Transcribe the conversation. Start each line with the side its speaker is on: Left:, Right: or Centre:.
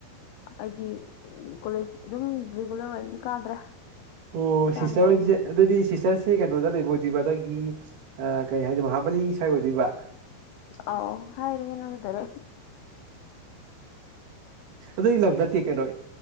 Left: ꯑꯩꯗꯤ ꯀꯣꯂꯦꯖ ꯑꯗꯨꯝ ꯔꯤꯒꯨꯂꯔ ꯑꯣꯏꯅꯗꯤ ꯀꯥꯗ꯭ꯔꯦ
Right: ꯑꯣ
Left: ꯆꯥꯡ
Right: ꯁꯤꯁꯇꯔ
Left: ꯅꯥꯏꯅ
Right: ꯑꯣꯏꯁꯦ ꯑꯗꯨꯗꯤ ꯁꯤꯁꯇꯔꯁꯦ ꯀꯩꯅꯣꯗ ꯂꯩꯕ ꯑꯣꯏꯗꯣꯏꯔꯤꯕ ꯑꯗꯒꯤ ꯑ ꯀꯩ ꯍꯥꯏꯅꯤ ꯃꯍꯥꯕꯂꯤ ꯁ꯭ꯋꯥꯏ ꯑꯣꯏꯗꯣꯏꯕ
Left: ꯑꯥꯎ ꯍꯥꯏꯥꯏꯔꯦ ꯌꯦꯅꯗꯔꯦ
Right: ꯑꯗꯨꯏ ꯂꯝ ꯅꯠꯇꯦ ꯀꯩꯅꯣ